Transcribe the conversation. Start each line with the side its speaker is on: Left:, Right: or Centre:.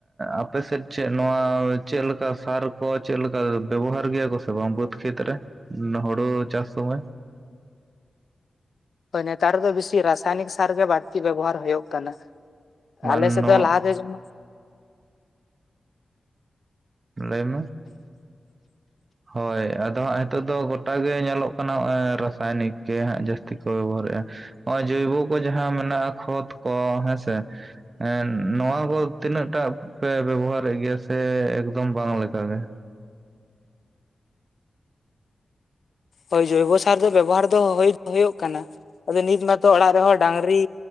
Right: ᱟᱯᱮᱥᱮᱱ ᱪᱮᱱ ᱱᱚᱣᱟ ᱪᱮᱱ ᱞᱮᱠᱟ ᱥᱟᱨ ᱠᱚ ᱪᱮᱱ ᱞᱮᱠᱟ ᱵᱮᱵᱚᱦᱟᱨ ᱜᱮᱭᱟ ᱠᱚ ᱥᱮ ᱵᱟᱝ ᱵᱟᱹᱫᱽ ᱠᱷᱮᱛ ᱨᱮ? ᱱᱚ ᱦᱳᱲᱳ ᱪᱟᱥ ᱥᱚᱢᱚᱭ᱾
Left: <inaudible> ᱦᱳᱭ ᱱᱮᱛᱟᱨ ᱫᱚ ᱵᱤᱥᱤ ᱨᱟᱥᱟᱭᱱᱤᱠ ᱥᱟᱨ ᱜᱮ ᱵᱟᱲᱛᱤ ᱵᱮᱵᱚᱦᱟᱨ ᱦᱳᱭᱳᱜ ᱠᱟᱱᱟ᱾
Right: ᱵᱟᱝ
Left: ᱟᱞᱮᱥᱮᱫ
Right: ᱱᱚᱣᱟ
Left: ᱫᱚ ᱞᱟᱦᱟᱛᱮ ᱡᱮᱢᱚᱱ
Right: ᱞᱟᱹᱭ ᱢᱮ᱾
Left: <inaudible>
Right: ᱦᱳᱭ, ᱟᱫᱚ ᱦᱟᱸᱜ ᱱᱤᱛᱚᱜ ᱫᱚ ᱜᱚᱴᱟ ᱜᱮ ᱧᱮᱞᱚᱜ ᱠᱟᱱᱟ ᱦᱚᱜ-ᱚᱭ ᱨᱟᱥᱟᱭᱱᱤᱠ ᱜᱮ ᱦᱟᱸᱜ ᱡᱟᱹᱥ ᱛᱤ ᱠᱚ ᱵᱮᱵᱚᱦᱟᱨᱮᱜ-ᱟ ᱦᱚᱜ-ᱚᱭ ᱡᱳᱭᱵᱳ ᱠᱚ ᱡᱟᱦᱟᱸ ᱢᱮᱱᱟᱜ-ᱟ ᱠᱷᱚᱛ ᱠᱚ ᱦᱮᱸᱥᱮ᱾ ᱮᱸ ᱱᱚᱣᱟ ᱦᱚᱸ ᱛᱤᱱᱟᱹᱜ ᱴᱟᱜ ᱯᱮ ᱵᱮᱵᱚᱦᱟᱨᱮᱜ ᱜᱮᱭᱟ ᱥᱮ ᱮᱠ ᱵᱟᱝ ᱞᱮᱠᱟᱜᱮ᱾
Left: ᱦᱳᱭ ᱡᱳᱚᱭᱵᱚᱥᱟᱨ ᱫᱚ ᱵᱮᱵᱚᱦᱟᱨ ᱫᱚ ᱦᱳᱭ ᱦᱳᱭᱳᱜ ᱠᱟᱱᱟ, ᱟᱫᱚ ᱱᱤᱛ ᱢᱟᱛᱚ ᱚᱲᱟᱜ ᱨᱮᱦᱚᱸ ᱰᱟᱝᱨᱤ